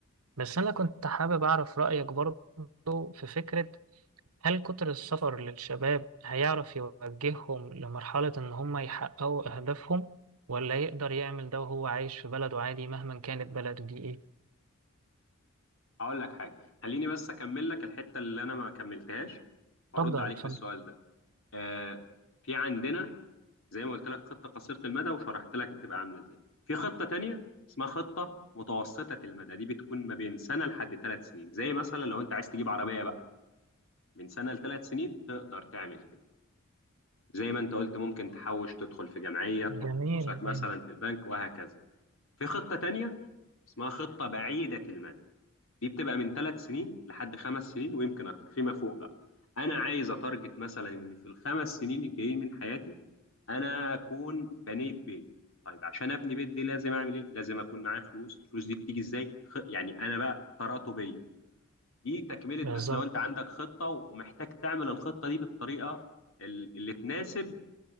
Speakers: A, on the right; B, on the left.
A: بس أنا كنت حابب أعرف رأيك برضو في فكرة هل كتر السفر للشباب هيعرف يوجههم لمرحلة إن هم يحققوا أهدافهم ولا يقدر يعمل ده وهو عايش في بلده عادي مهما كانت بلده دي إيه؟
B: هقول لك حاجه خليني بس اكمل لك الحته اللي انا ما كملتهاش وارد
A: اتفضل
B: عليك
A: اتفضل
B: في السؤال ده آه في عندنا زي ما قلت لك خطه قصيره المدى وشرحت لك بتبقى عامله ازاي في خطه تانية اسمها خطه متوسطه المدى دي بتكون ما بين سنه لحد ثلاث سنين زي مثلا لو انت عايز تجيب عربيه بقى من سنه لثلاث سنين تقدر تعمل كده زي ما انت قلت ممكن تحوش تدخل في جمعيه تحط
A: جميل
B: فلوسك مثلا
A: أيوة
B: في البنك وهكذا في خطه تانية اسمها خطه بعيده المدى دي بتبقى من ثلاث سنين لحد خمس سنين ويمكن اكتر فيما فوق بقى انا عايز اتارجت مثلا ان في الخمس سنين الجايين من حياتي انا اكون بنيت بيت طيب عشان ابني بيت دي لازم اعمل ايه لازم اكون معايا فلوس الفلوس دي بتيجي ازاي خ... يعني انا بقى تراتبيه دي تكمله
A: بالظبط
B: بس لو انت عندك خطه ومحتاج تعمل الخطه دي بالطريقه ال- اللي تناسب